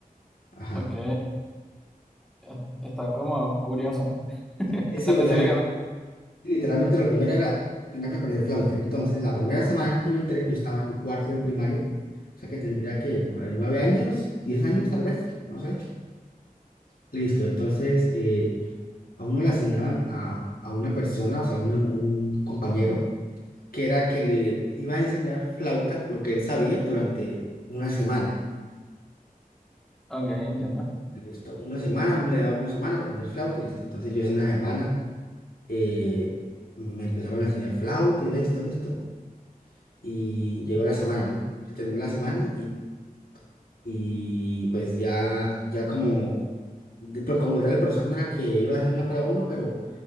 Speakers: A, on the left; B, in the centre.
A: Ajá.
B: Ok, es- está como curioso, ¿no? <laughs>
A: Y
B: O
A: sí,
B: sea,
A: o
B: específicamente.
A: sea, li- literalmente la primera era, tenía que aprender flauta. Entonces, la primera semana que yo entré, yo estaba en cuarto de primaria, o sea que tendría que, por ahí, nueve años, diez años tal vez, no sé. Listo, entonces eh, a uno le asignaban a, a una persona, o sea, un, un compañero, que era que le iba a enseñar flauta, lo que él sabía, durante una semana.
B: Ok, entiendo.
A: Listo, una semana, le daban una semana para aprender flauta, y listo. Entonces yo hace una semana eh, me empezaron a enseñar flauta y listo, listo. Y llegó la semana, ¿no? Se terminó la semana y, y pues ya, ya como, de- pero como tal el profesor no era que iba a hacer una para uno, pero